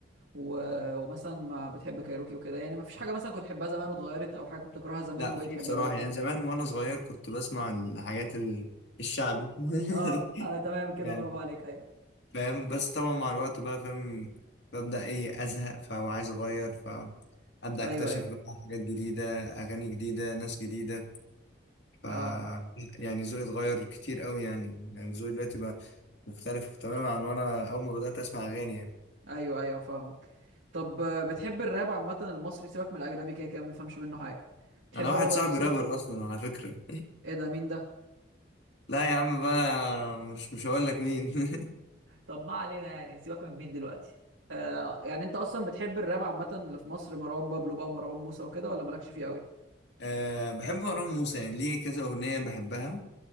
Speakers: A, on the right (about 80°); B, on the left (about 60°).
A: و... ومثلا ما بتحب كايروكي وكده يعني ما فيش حاجة مثلا كنت تحبها زمان واتغيرت او حاجة كنت تكرهها زمان
B: لا
A: وبقيت
B: في
A: تحبها
B: بصراحة
A: دلوقتي
B: يعني زمان وأنا صغير كنت بسمع الحاجات ال- الشعبي <laughs>
A: اه, آه تمام كده
B: يعني
A: برافو عليك ايوه
B: فاهم بس طبعا مع الوقت بقى فاهم ببدأ إيه أزهق فهو عايز أغير فأبدأ
A: ايوه
B: أكتشف
A: ايوه
B: بقى حاجات جديدة أغاني جديدة ناس جديدة ف
A: اه
B: يعني ذوقي اتغير كتير أوي يعني يعني ذوقي دلوقتي بقى مختلف تماما عن وأنا أول ما بدأت أسمع أغاني يعني
A: ايوه ايوه فاهمك طب آه، بتحب الراب عامة المصري سيبك من الاجنبي كده كده ما بنفهمش منه حاجة بتحب
B: أنا واحد
A: الراب
B: صاحبي
A: المصري
B: رابر أصلا على فكرة
A: ايه ده مين ده
B: لا يا عم بقى مش مش هقول لك مين <laughs>
A: طب ما علينا يعني سيبك من مين دلوقتي آه يعني انت اصلا بتحب الراب عامه اللي في مصر مروان بابلو بقى ومروان موسى وكده ولا مالكش فيه قوي
B: أه بحب مروان موسى يعني ليه كذا أغنية بحبها